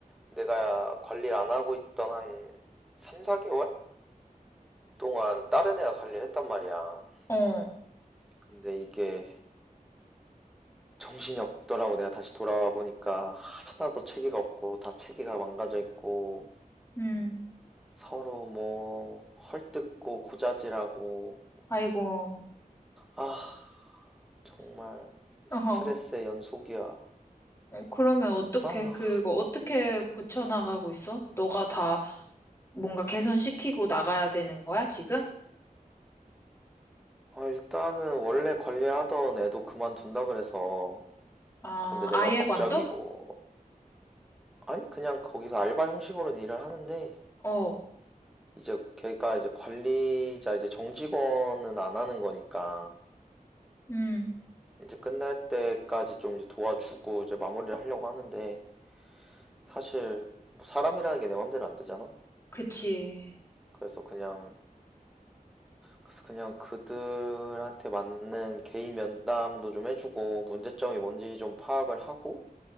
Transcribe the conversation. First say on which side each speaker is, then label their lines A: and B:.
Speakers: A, in the centre; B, on the left.
A: 내가 관리를 안 하고 있던 한 3, 4개월 동안 다른 애가 관리를 했단 말이야.
B: 어,
A: 근데 이게 정신이 없더라고. 내가 다시 돌아와 보니까 하나도 체계가 없고 다 체계가 망가져 있고
B: 응.
A: 서로 뭐 헐뜯고 고자질하고
B: 아이고,
A: 아, 정말 스트레스의
B: 어허.
A: 연속이야.
B: 어, 그러면 어떻게,
A: 아,
B: 그거 어떻게 고쳐나가고 있어? 너가 다 뭔가 개선시키고 나가야 되는 거야, 지금?
A: 아, 일단은 원래 관리하던 애도 그만둔다 그래서
B: 아,
A: 근데 내가
B: 아예
A: 갑자기
B: 관둬?
A: 뭐 아니 그냥 거기서 알바 형식으로는 일을 하는데
B: 어,
A: 이제 걔가 이제 관리자 이제 정직원은 안 하는 거니까
B: 응,
A: 이제 끝날 때까지 좀 이제 도와주고 이제 마무리를 하려고 하는데 사실 뭐 사람이라는 게 내 맘대로 안 되잖아.
B: 그치.
A: 그래서 그냥 그래서 그냥 그들한테 맞는 개인 면담도 좀 해주고 문제점이 뭔지 좀 파악을 하고